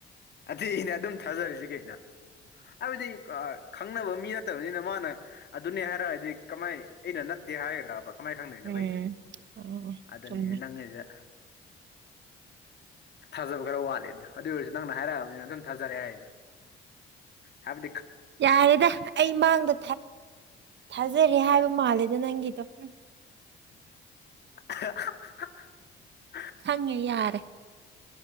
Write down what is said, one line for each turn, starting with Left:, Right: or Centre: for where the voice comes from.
Left: ꯑ ꯑꯩꯅ ꯑꯗꯨꯝ ꯊꯥꯖꯔꯤꯁꯤ ꯀꯩꯅ ꯍꯥꯏꯗꯤ ꯈꯪꯅꯕ ꯃꯤ ꯅꯠꯇꯕꯅꯤꯅ ꯃꯥꯅ ꯑꯗꯨꯅꯦ ꯍꯥꯏꯔꯛꯑꯗꯤ ꯀꯃꯥꯏ ꯑꯩꯅ ꯅꯠꯇꯦ ꯍꯥꯏꯒꯗ꯭ꯔꯕ ꯀꯃꯥꯏꯅ ꯈꯪꯗꯣꯏꯣ
Right: ꯎꯝ
Left: ꯑꯩꯁꯨ
Right: ꯑ
Left: ꯑꯗꯨꯅꯦ
Right: ꯆꯨꯝꯃꯦ
Left: ꯅꯪꯉꯗ ꯊꯥꯖꯕ ꯈꯔ ꯋꯥꯠꯂꯦꯗꯣ ꯑꯗꯨ ꯑꯣꯏꯔꯁꯨ ꯅꯪꯅ ꯍꯥꯏꯔꯛꯑꯕꯅꯤꯅ ꯑꯗꯨꯝ ꯊꯥꯖꯔꯦ ꯍꯥꯏꯗꯣ ꯍꯥꯦꯕ
Right: ꯌꯥꯔꯦꯗ ꯑꯩ ꯃꯥꯡꯗ ꯊꯥꯖꯔꯦ ꯍꯥꯏꯕ ꯃꯥꯜꯂꯦꯗ ꯅꯪꯒꯤꯗꯣ ꯎꯝ
Left: <unintelligible>
Right: ꯈꯪꯉꯦ ꯌꯥꯔꯦ